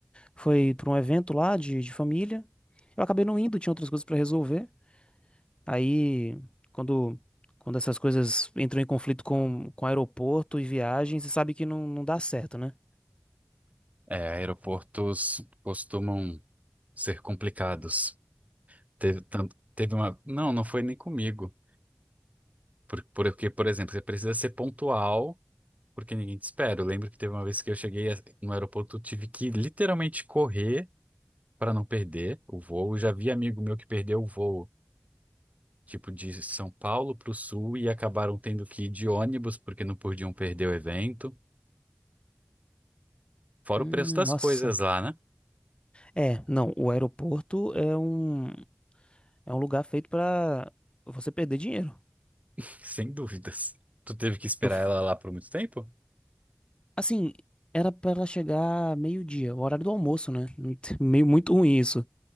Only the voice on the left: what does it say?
foi para um evento lá de, de família. Eu acabei não indo, tinha outras coisas para resolver. Aí, quando, quando essas coisas entram em conflito com, com aeroporto e viagem, você sabe que não, não dá certo, né?
Hum,
nossa.
É, não, o aeroporto é um, é um lugar feito para você perder dinheiro.
Eu,
Assim, era pra ela chegar meio-dia, o horário do almoço, né? Muito- <laughs> Meio muito ruim isso.